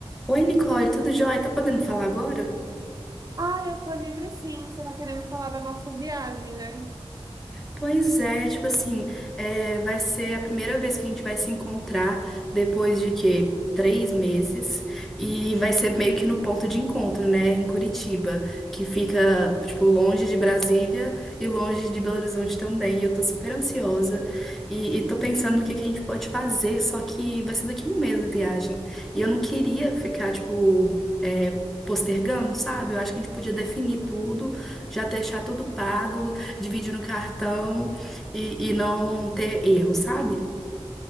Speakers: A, in the centre; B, on the right.
A: Oi, Nicole, tudo jóia? Tá podendo falar agora?
B: Ah, eu tô livre sim. Você tá querendo falar da nossa viagem, né?
A: Pois é, tipo assim, é, vai ser a primeira vez que a gente vai se encontrar depois de quê? Três meses. E vai ser meio que no ponto de encontro, né? Em Curitiba, que fica, tipo, longe de Brasília e longe de Belo Horizonte também. E eu tô super ansiosa. E, e tô pensando no que que a gente pode fazer, só que vai ser daqui a um mês a viagem. E eu não queria ficar, tipo, é, postergando, sabe? Eu acho que a gente podia definir tudo já deixar tudo pago, divide no cartão e, e não ter erro, sabe?